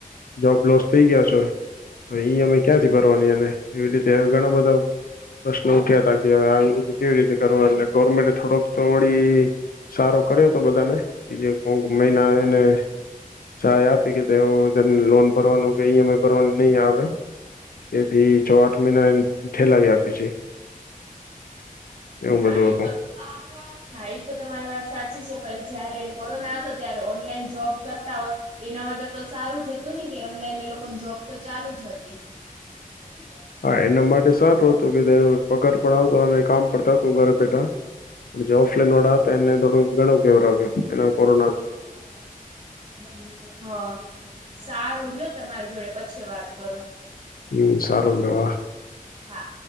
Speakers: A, on the left; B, on the right.
A: જોબ લોસ થઈ ગયા છો ઈએમઆઈ ક્યાંથી ભરવાની અને એવી રીતે ઘણા બધા પ્રશ્ન ઉઠ્યા હતા કે હવે આવી રીતે કેવી રીતે કરવા ગવર્મેન્ટ થોડોક‌ તો વડિ સારો કર્યો હતો બધાને એ જે કોક મહિના એને સહાય આપી કે તે તેમને લોન ભરવાનું કે ઈએમઈ ભરવાનું નહીં આવે. તેથી છ આઠ મહિના ઠેલાવી આપે છે. એવું
B: હા
A: બધું
B: એ
A: હતું
B: તો હા એ તો તમારી વાત સાચી છે પણ જયારે કોરોના હતો ત્યારે ઓનલાઈન જોબ કરતા હોય એના માટે તો સારું જ હતું ને કે ઓનલાઈન એ લોકોને જોબ તો ચાલુ જ હતી. <unintelligible>
A: હા એના માટે સારું હતું કે તેનો પગાર પણ આવતો અને કામ પતા હતું ઘરે બેઠા જે ઓફલાઈન વાળા હતા એને થોડું ઘણું કેવર આવ્યું એના કોરોના
B: <unintelligible> હા સારું લ તમારી જોડે પછી વાત કરું
A: હમ સારુંલવા
B: હા